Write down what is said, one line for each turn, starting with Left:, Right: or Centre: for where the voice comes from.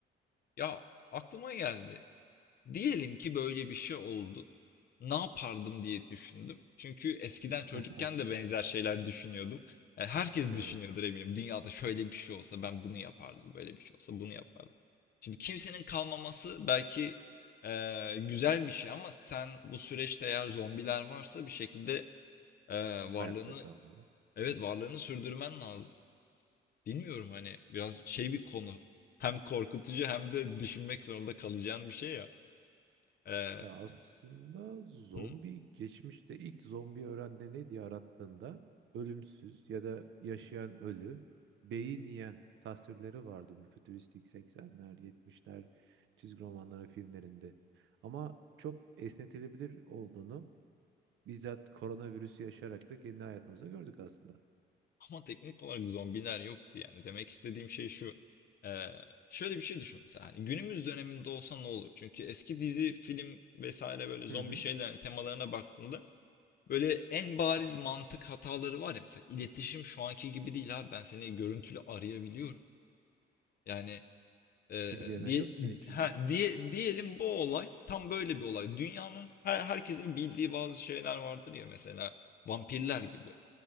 Left: Ya aklıma geldi. Diyelim ki böyle bir şey oldu. Ne yapardım diye düşündüm. Çünkü eskiden çocukken
Right: <laughs>
Left: de benzer şeyler düşünüyordum. Yani herkes
Right: Evet.
Left: düşünüyordur eminim. Dünyada şöyle bir şey olsa ben bunu yapardım, böyle bir şey olsa bunu yapardım. Şimdi kimsenin kalmaması belki eee, güzel bir şey ama sen bu süreçte eğer zombiler varsa bir şekilde eee,
Right: Hayatta
Left: varlığını
Right: kalmalı.
Left: evet varlığını sürdürmen lazım. Bilmiyorum hani biraz şey bir konu. Hem korkutucu hem de düşünmek zorunda kalacağın bir şey ya. Eee,
Right: E aslında zombi
Left: <laughs>
Right: geçmişte ilk zombi öğrende ne diye arattığında ölümsüz ya da yaşayan ölü, beyin yiyen tasvirleri vardı bu fütüristik seksenler, 70'ler çizgi romanları filmlerinde. Ama çok esnetilebilir olduğunu bizzat koronavirüsü yaşayarak da kendi hayatımıza gördük aslında.
Left: ama teknik olarak zombiler yoktu yani. Demek istediğim şey şu. Eee, şöyle bir şey düşün mesela. Hani günümüz döneminde olsa ne olur? Çünkü eski dizi, film vesaire böyle zombi
Right: Hı hı.
Left: şeyler temalarına baktığında Böyle en bariz mantık hataları var ya mesela iletişim şu anki gibi değil abi ben seni görüntülü arayabiliyorum. Yani e,
Right: İlgilenen
Left: diye
Right: yok ki çünkü
Left: ha diye diyelim bu olay tam böyle bir olay. Dünyanın her, herkesin bildiği bazı şeyler vardır ya mesela vampirler gibi.